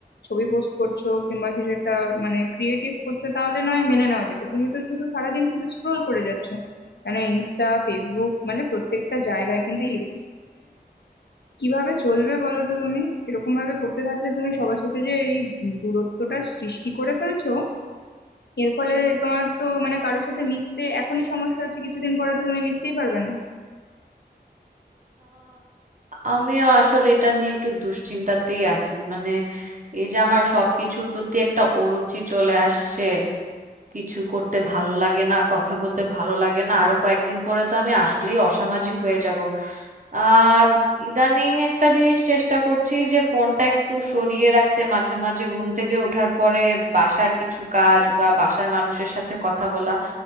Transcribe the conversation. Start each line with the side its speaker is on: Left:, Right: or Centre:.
Left: ছবি পোস্ট করছো কিংবা কিছু একটা মানে ক্রিয়েটিভ করছো তাহলে নয় মেনে নেওয়া যেত তুমি তো শুধু সারাদিন শুধু স্ক্রোল করে যাচ্ছো মানে ইনস্টা ফেসবুক মানে প্রত্যেকটা জায়গায় কিন্তু কিভাবে চলবে বলো তো তুমি এরকম ভাবে করতে থাকলে তুমি সবার সাথে যে এই দূরত্বটা সৃষ্টি করে ফেলছো এর ফলে তোমার তো মানে কারোর সাথে মিশতে এখনই সমস্যা হচ্ছে কিছুদিন পরে তো তুমি মিশতেই পারবে না
Right: আমিও আসলে এটা নিয়ে একটু দুশ্চিন্তাতেই আছি মানে এই যে আমার সবকিছুর প্রতি একটা অরুচি চলে আসছে কিছু করতে ভালো লাগে না কথা বলতে ভালো লাগে না আরো কয়েকদিন পরে তো আমি আসলেই অসামাজিক হয়ে যাব আহ ইদানিং একটা জিনিস চেষ্টা করছি যে ফোনটা একটু সরিয়ে রাখতে মাঝে মাঝে ঘুম থেকে ওঠার পরে বাসার কিছু কাজ বা বাসার মানুষের সাথে কথা বলা